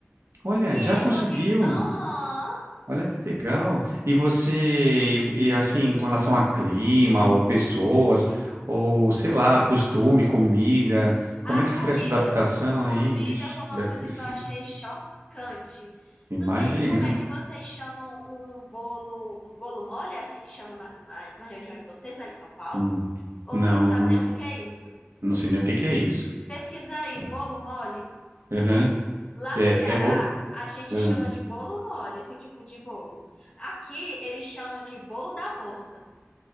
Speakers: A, on the right; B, on the left.
A: Olha,
B: que
A: já
B: é
A: conseguiu.
B: envolvido. Aham.
A: Olha que legal. E você, e, e assim, com relação a clima, ou pessoas, ou sei lá, costume, comida,
B: Ah,
A: como é que
B: comida.
A: foi essa adaptação
B: Comida
A: aí? Vixe,
B: foi uma
A: deve
B: coisa
A: ter sido.
B: que eu achei chocante.
A: Imagina.
B: Não sei como é que vocês chamam um bolo, um bolo mole, é assim que chamam na, na, na região de vocês, lá em São Paulo?
A: Hum.
B: Ou
A: Não,
B: vocês não sabem
A: eu não,
B: nem o que que é isso?
A: não sei nem o que que é isso.
B: Pesquisa aí,
A: É,
B: bolo mole.
A: Aham.
B: Lá
A: É,
B: no Ceará,
A: é, vou.
B: a gente
A: ahn.
B: chama de bolo mole, esse tipo de bolo. Aqui, eles chamam de bolo da moça.